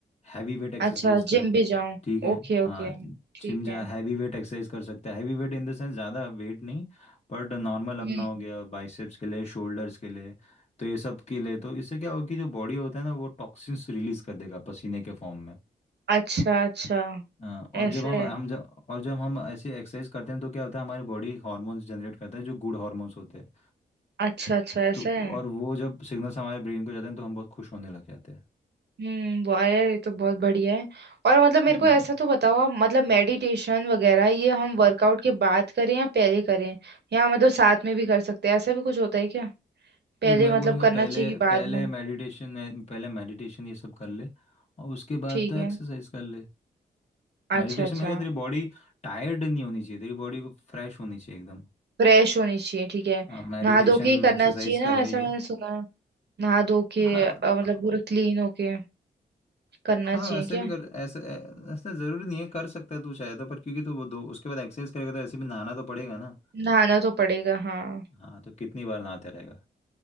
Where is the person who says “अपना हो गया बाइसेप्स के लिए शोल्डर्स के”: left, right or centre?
Left